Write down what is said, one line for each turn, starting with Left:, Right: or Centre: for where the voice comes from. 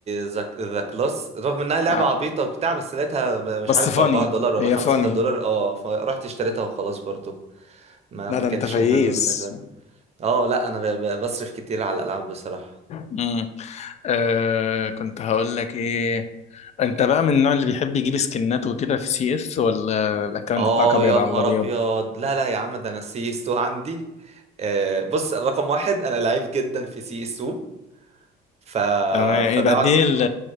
Right: ذا ذا كلاس رغم انها لعبه
Left: ع-
Right: عبيطه وبتاع بس لقيتها ب- مش
Left: بس
Right: عارف
Left: فاني
Right: ب 4 دولار ولا
Left: هي
Right: 5
Left: فاني
Right: دولار اه فرحت اشتريتها وخلاص برضو ما
Left: لا
Right: ما
Left: ده
Right: كانتش
Left: انت فييز
Right: مهمه بالنسبه لي اه لا انا ب- ب- بصرف كتير على الالعاب بصراحه
Left: امم آه كنت هقول لك ايه انت بقى من النوع اللي بيحب يجيب سكنات وكده في سي اس ولا الاكونت
Right: اه
Left: بتاعك ابيض
Right: يا
Left: على
Right: نهار
Left: الابيض
Right: ابيض لا لا يا عم ده انا سي اس 2 عندي آه بص رقم واحد انا لعيب جدا في سي اس 2 ف
Left: تمام
Right: فبقعد
Left: يبقى اديني ال